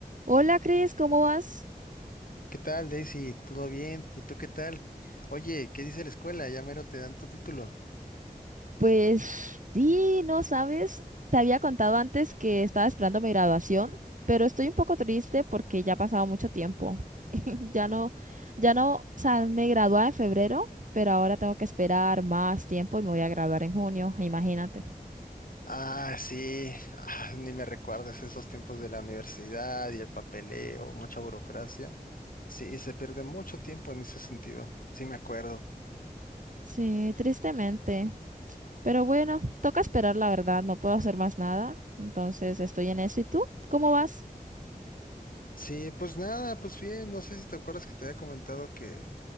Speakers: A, on the right; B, on the left.
A: Hola, Cris, ¿cómo vas?
B: ¿Qué tal, Daisy? ¿Todo bien? ¿Y tú qué tal? Oye, ¿qué dice la escuela? Ya mero te dan tu título.
A: Pues sí, no sabes, te había contado antes que estaba esperando mi graduación, pero estoy un poco triste porque ya ha pasado mucho tiempo. <laughs> Ya no, ya no, o sea, me gradué en febrero, pero ahora tengo que esperar más tiempo y me voy a graduar en junio, imagínate.
B: Ah, sí, Ah, ni me recuerdas esos tiempos de la universidad y el papeleo, mucha burocracia. Sí, se pierde mucho tiempo en ese sentido. Sí, me acuerdo.
A: Sí, tristemente, pero bueno, toca esperar, la verdad, no puedo hacer más nada, entonces estoy en eso. ¿Y tú? ¿Cómo vas?
B: Sí, pues nada, pues bien, no sé si te acuerdas que te había comentado que